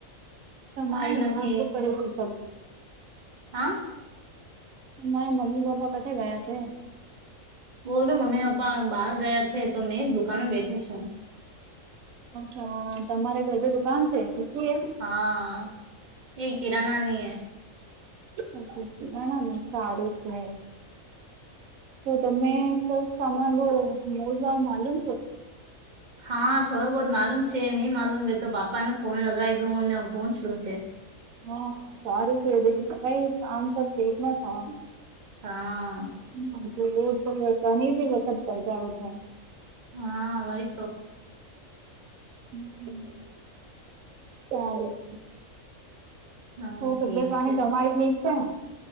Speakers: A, on the right; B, on the right.
A: તમારે
B: કઈ
A: ઘરે
B: નથી
A: શું પરિસ્થિતિ શે?
B: હા
A: મારા મમ્મી પપ્પા કશે ગયા છે.
B: બોલ મમ્મી પપ્પા બહાર ગયા છે તો મેં જ દુકાને બેઠી છું.
A: અચ્છા હ હ તમારે ઘર ભી દુકાન છે, ખુદકી હે?
B: હા એય કિરાનાની હે.
A: હા ખુદકી બનાવણી સારું છે. તો તમે થોડુંક સામાન લો <unintelligible> માલુમ છે?
B: હા થોડો બહુત માલુમ છે, નહીં માલુમ વે તો પાપાને ફોન લગાઈ દઉ ને પૂછલુ જે.
A: હા સારું છેે એ <unintelligible> કામ તો છેના.
B: હા.
A: હા જો <unintelligible> વખત <unintelligible> થાય.
B: હા વહી તો.
A: હમ્મ, સારું.
B: હા
A: હો
B: ઠીક
A: તબિયત પાણી
B: છે
A: તમારી ઠીક છે?